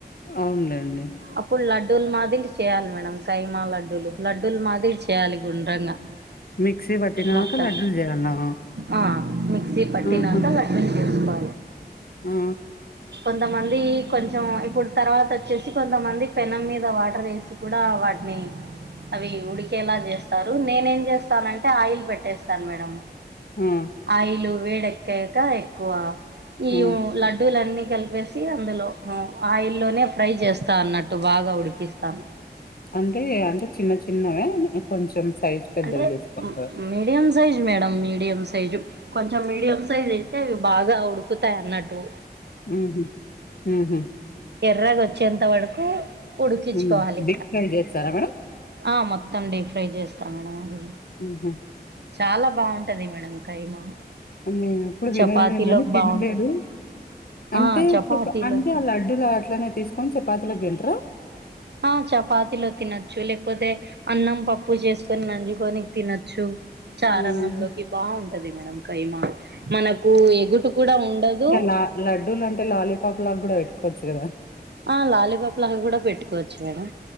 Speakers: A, on the left (about 60°); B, on the right (about 80°).
A: అవున్లేండి
B: అప్పుడు లడ్డూల్ మాదిరి చేయాలి మేడం కైమా లడ్డూలు లడ్డూలు మాదిరి చేయాలి గుండ్రంగా
A: మిక్సీ పట్టినాక
B: మొత్తం
A: లడ్డూలు జేయాలా?
B: ఆ మిక్సీ పట్టినకా
A: ఆహా!
B: లడ్డుల్ చేసుకో
A: ఆ
B: కొంతమంది కొంచెం ఇప్పుడ్ తర్వాత అచ్చేసి కొం తమంది పెనం మీద వాటర్ ఎసి కూడా వాటిని అవి ఉడికేలా చేస్తారు నేనేమ్ చేస్తానంటే ఆయిల్ పెట్టేస్తాన్ మేడం
A: ఆ!
B: ఆయిలు వేడెక్కాక ఎక్కువ ఈ
A: ఆ!
B: ఉ లడ్డూలన్నీ కలిపేసి అందులో ఆయిల్లోనే ఫ్రై చేస్తా అన్నట్టు బాగా ఉడికిస్తాన్
A: అంటే అంటే చిన్న చిన్న గా కొంచెం సైజ్ పెద్దవి
B: అంటే
A: జేసుకుంటారా?
B: Mediums size madam medium size కొంచెం మీడియం సైజ్ అయితే అవి బాగా ఉడుకుతాయన్నట్టు
A: ఉహు ఉహు
B: ఎర్రగ వచ్చేంతవరకు ఉడికించుకోవాలి
A: హ్మ్. డీప్ ఫ్రై చేస్తారా మేడం?
B: ఆ మొ త్తం డీ ఫ్రై చేస్తా మేడం అది
A: ఉహు
B: చాలా బగుంటది మేడం కైమా
A: నేను ఎప్పుడు వినడమే
B: చపాతీలోకి
A: గనీ తినలేదు
B: బాగుంటది
A: అంటే
B: ఆ చపాతీలోకి
A: పిప అంటే ఆ లడ్డూల అట్లనే తీసుకొని చపాతీలోకి తింటరా
B: ఆ చపాతిలో తినచ్చు లేకపోతే అన్నం పప్పు చేసుకొని నంజుకొని తినచ్చు చారన్నంలోకి
A: ఆహా!
B: బాగుంటది మేడం కైమా మనకు ఎగుటు కూడా ఉండదు
A: లా లడ్డూలంటే లాలీపాప్ లాగా కూడా పెట్టుకోవచ్చు కదా
B: ఆ లాలీపాప్ లాగా కూడా పెట్టుకోవచ్చు మేడం